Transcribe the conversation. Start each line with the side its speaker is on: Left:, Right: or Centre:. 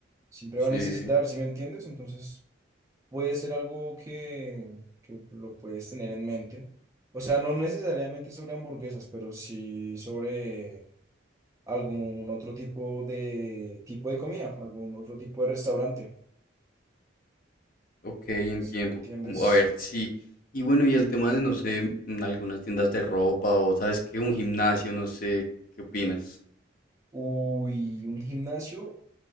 Right: siempre
Left: Sí.
Right: va a necesitar, ¿sí me entiendes? Entonces... puede ser algo que, que lo puedes tener en mente. O sea, no necesariamente sobre hamburguesas, pero sí sobre algún otro tipo de tipo de comida, algún otro tipo de restaurante.
Left: Ok, entiendo.
Right: ¿Sí me entiendes?
Left: Como, a ver, sí. Y bueno, y el tema de, no sé, mm, algunas tiendas de ropa o, ¿sabes qué? Un gimnasio, no sé, ¿qué opinas?
Right: Uy, un gimnasio,